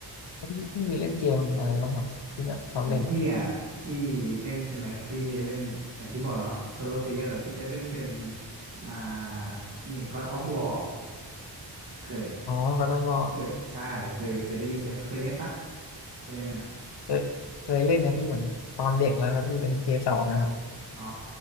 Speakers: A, on the left (about 75°); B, on the right (about 45°).
A: พี่พี่มีเล่นเกมอะไรบ้างครับที่แบบชอบเล่น
B: ของพี่อ่ะที่เล่นใช่ไหมพี่จะเล่นอย่างที่บอกเนาะโซโลเพลเยอร์พี่จะเล่นเป็นอ่านี่ God of War เคย
A: อ๋อ God of w
B: เคยใช่เคยเคยได้ยินใช่ปะเคยเล่นปะเคยเล่นไหมนะ
A: เคยเคยเล่นนะพี่เหมือนตอนเด็กแล้วครับพี่เป็นเพย์สองนะครับ
B: อ๋อ